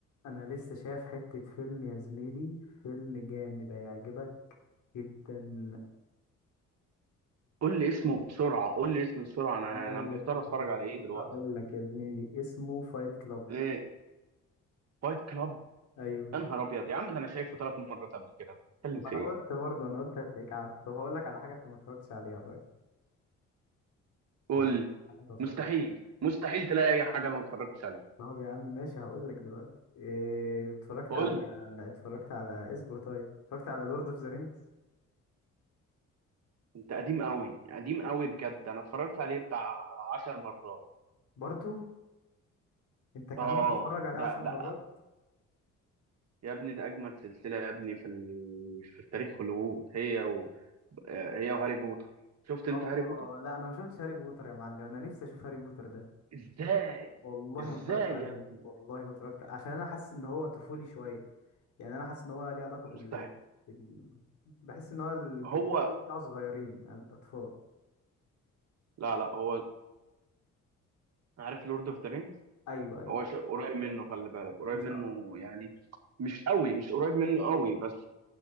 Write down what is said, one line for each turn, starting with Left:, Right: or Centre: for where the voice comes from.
Left: انا لسه شايف حتة فيلم يا زميلي فيلم جامد هيعجبك جدا
Right: قول لي اسمه بسرعه قول لي اسمه بسرعه انا
Left: هقول
Right: انا محتار
Left: لك
Right: اتفرج على ايه دلوقتي
Left: هقول لك يا زميلي اسمه فايت كلاب
Right: ايه فايت كلاب
Left: ايوه
Right: يا نهار ابيض يا عم ده انا شايفه ثلاث مرات قبل كده أنا بتكلم
Left: ما
Right: في
Left: انا
Right: ايه
Left: قلت برضه انا قلت هتلاقيك عارف طب هقول لك على حاجة انت ما اتفرجتش عليها طيب
Right: قول
Left: هقول لك
Right: لي
Left: حاجة انت ما اتفرجتش
Right: مستحيل مستحيل تلاقي اي حاجه انا ما اتفرجتش عليها
Left: طب يا عم ماشي هقول لك دلوقتي إيه اتفرجت
Right: قول
Left: على
Right: لي
Left: اتفرجت على اصبر طيب اتفرجت على لورد اوف ذا رينجز
Right: انت قديم قوي قديم قوي بجد انا اتفرجت عليه بتاع عشر مرات
Left: برضو انت كمان
Right: اه
Left: بتتفرج عليه
Right: ده
Left: عشر مرات
Right: ده يا ابني ده اجمد سلسله يا ابني في ال... في تاريخ هوليوود هي و... آه، هي وهاري بوتر شفت
Left: اه
Right: انت هاري بوتر
Left: لا انا ما شفتش هاري بوتر يا معلم انا نفسي اشوف هاري بوتر ده
Right: ازاي
Left: والله
Right: ازاي
Left: ما اتفرجت عليه
Right: يا ابني
Left: والله ما اتفرجت عشان انا حاسس ان هو طفولي شويه يعني انا حاسس ان هو ليه علاقه
Right: مستحيل
Left: بال, بال... بحس ان هو الج-
Right: هو
Left: بتاع صغيرين الاطفال
Right: لا لا هو عارف لورد اوف ذا رينجز
Left: ايوه ايوه
Right: هو ش- قريب منه خلي بالك قريب
Left: مش
Right: منه يعني مش قوي مش قريب منه قوي بس